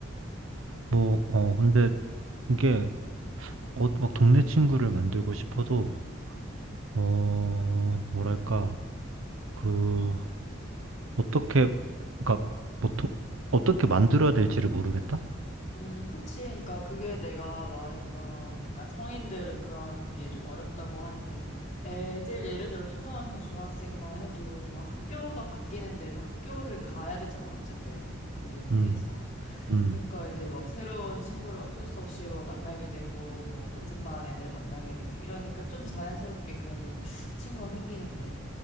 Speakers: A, on the right (about 85°); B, on the left (about 35°).
A: 뭐, 어, 근데 이게 어, 막 동네 친구를 만들고 싶어도 어, 뭐랄까 그 어떻게, 그러니까 뭐 도- 어떻게 만들어야 될지를 모르겠다?
B: 음, 그치. 그러니까 그게 내가 말했던 약간 성인들은 그런 게 좀 어렵다고 하는 게 애들 예를 들어 초등학생, 중학생만 해도 막 학교가 바뀌는 대로 학교를 가야 되잖아. 어쨌든 그 동네에서.
A: 음, 음,
B: 그러니까 이제 막 새로운 친구를 어쩔 수 없이 뭐 만나게 되고 뭐 같은 반 애들 만나게 되고 이러니까 좀 자연스럽게 그래도 친구가 생기는데